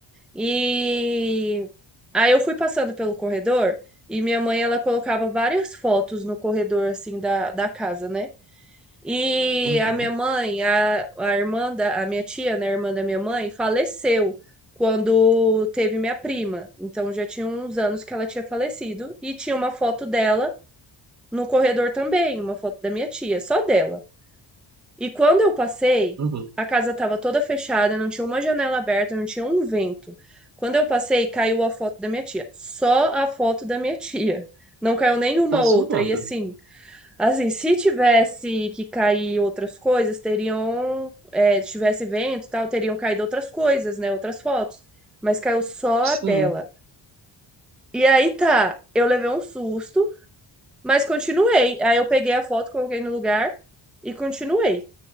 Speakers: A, in the centre; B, on the right (about 40°).
A: E aí eu fui passando pelo corredor e minha mãe, ela colocava várias fotos no corredor, assim, da, da casa, né? E
B: Uhum.
A: a minha mãe, a, a irmã da, a minha tia, né, a irmã da minha mãe, faleceu quando teve minha prima. Então já tinha uns anos que ela tinha falecido e tinha uma foto dela no corredor também, uma foto da minha tia, só dela. E quando eu passei,
B: Uhum.
A: a casa estava toda fechada, não tinha uma janela aberta, não tinha um vento. Quando eu passei, caiu a foto da minha tia, só a foto da minha tia. Não caiu nenhuma
B: Tá
A: outra.
B: zoando.
A: E assim, Assim, se tivesse que cair outras coisas, teriam, é, tivesse vento e tal, teriam caído outras coisas, né? Outras fotos. Mas caiu só a
B: Sim.
A: dela. E aí tá, eu levei um susto, mas continuei. Aí eu peguei a foto, coloquei no lugar e continuei.